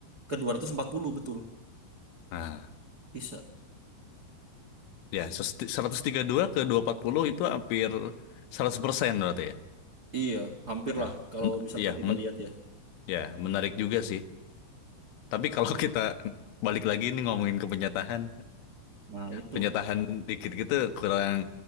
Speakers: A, on the right; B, on the left.
A: ke 240 betul.
B: Nah,
A: Bisa.
B: ya ses- 132 ke 240 itu hampir 100% berarti ya.
A: Iya, hampir
B: Nah,
A: lah kalau
B: men-
A: misalkan
B: ya,
A: kita
B: men-
A: lihat ya.
B: ya, menarik juga sih. Tapi kalau kita balik lagi nih ngomongin ke penyatahan,
A: Nah, itu.
B: penyatahan dikit gitu kurang